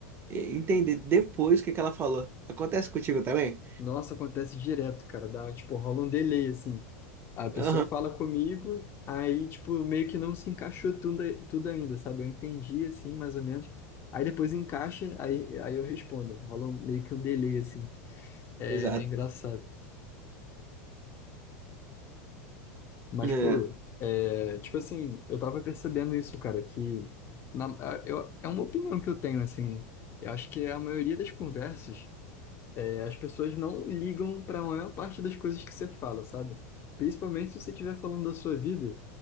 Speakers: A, on the right; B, on the left.
A: e- entender depois o que que ela falou. Acontece contigo também?
B: Nossa, acontece direto, cara. Dá, tipo, rola um delay, assim. A pessoa
A: Aham,
B: fala comigo, aí, tipo, meio que não se encaixou tudo, tudo ainda, sabe? Eu entendi, assim, mais ou menos. Aí depois encaixa, aí, aí eu respondo. Rola um- meio que um delay, assim. É
A: exato.
B: meio engraçado. Mas,
A: É,
B: pô, é, tipo assim, eu tava percebendo isso, cara, que na- a- eu- é uma opinião que eu tenho, assim, né? Eu acho que a maioria das conversas, é, as pessoas não ligam pra maior parte das coisas que você fala, sabe? Principalmente se você estiver falando da sua vida,